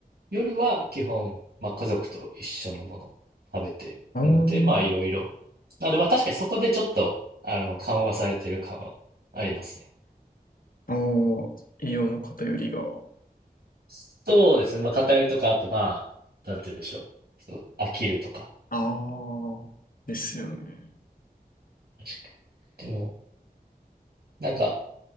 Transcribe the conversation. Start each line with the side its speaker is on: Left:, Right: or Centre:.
Right: 夜は基本、まあ、家族と一緒のものを食べてるので、
Left: あー
Right: まあいろいろ。なのでまあ確かにそこでちょっと、あの、緩和されてる感はありますね。
Left: あー、栄養の偏りが。
Right: そうですね。まあ偏りとか、あとまあ、なんて言うんでしょう。ちょっと飽きるとか。
Left: ああ、ですよね。
Right: 確かに。でも、なんか、